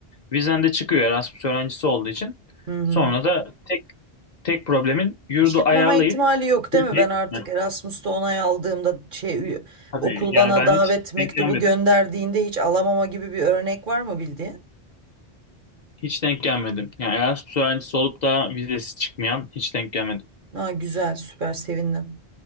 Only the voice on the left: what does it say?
Vizen de çıkıyor Erasmus öğrencisi olduğu için.
Sonra da tek tek problemin yurdu
ayarlayıp
ülkeye
gitmek.
Tabii
yani
ben
hiç
denk gelmedim.
Hiç denk gelmedim. Yani Erasmus öğrencisi olup da vizesi çıkmayan hiç denk gelmedim.